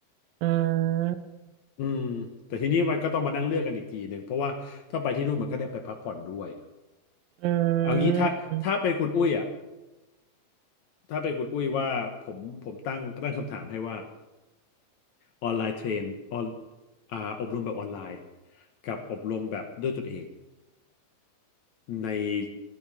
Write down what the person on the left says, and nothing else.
อืมแต่ทีนี้มันก็ต้องมานั่งเลือกกันอีกทีหนึ่งเพราะว่าถ้าไปที่นู่นมันก็ได้ไปพักผ่อนด้วย
เอางี้ถ้าถ้าเป็นคุณอุ้ยอ่ะ
ถ้าเป็นคุณอุ้ยว่าผมผมตั้งตั้งคำถามให้ว่าออนไลน์เทรนออนอ่าอบรมแบบออนไลน์กับอบรมแบบด้วยตนเองใน